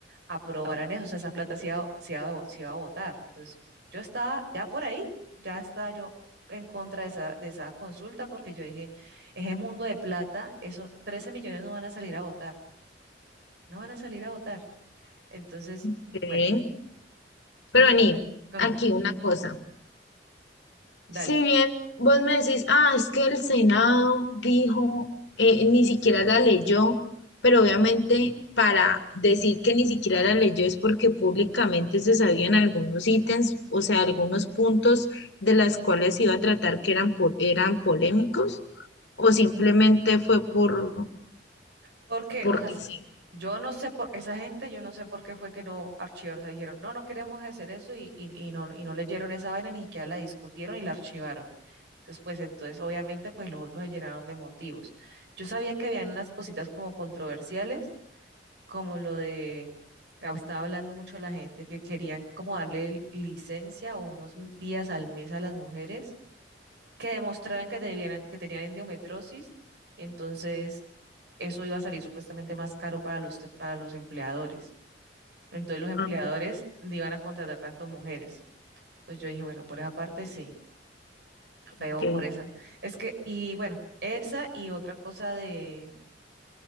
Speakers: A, on the right; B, on the left.
A: aprobaran eso, o sea, esa plata se iba, se iba a vo- se iba a votar. Entonces, yo estaba ya por ahí, ya estaba yo, en contra de esa, de esa consulta porque yo dije, ese mundo de plata, eso, 13 millones no van a salir a votar, no van a salir a votar. Entonces,
B: Ok.
A: bueno, Sí.
B: Pero
A: ent-
B: vení,
A: mm,
B: aquí una cosa.
A: dale.
B: Si bien vos me decís, ah, es que el Senado dijo, eh, ni siquiera la leyó, pero obviamente para decir que ni siquiera la leyó es porque públicamente se sabían algunos ítems, o sea, algunos puntos de las cuales se iba a tratar que eran, po- eran polémicos, o simplemente fue por,
A: Porque,
B: porque
A: o sea,
B: sí.
A: yo no sé por esa gente, yo no sé por qué fue que no archivaron, o sea, dijeron, no, no queremos hacer eso y, y, y no, y no leyeron esa vaina, ni siquiera la discutieron y la archivaron. Entonces, pues entonces, obviamente, pues los otros se llenaron de motivos. Yo sabía que habían unas cositas como controversiales, como lo de, ah, estaba hablando mucho la gente que querían como darle licencia o unos días al mes a las mujeres que demostraran que, debieran, que tenían endometriosis, y entonces eso iba a salir supuestamente más caro para los, para los empleadores. Entonces los empleadores
B: Ajá,
A: no iban a contratar tanto mujeres. Entonces yo dije, bueno, por esa parte sí, feo
B: ok.
A: por esa. Sí. Es que, y bueno, esa y otra cosa de,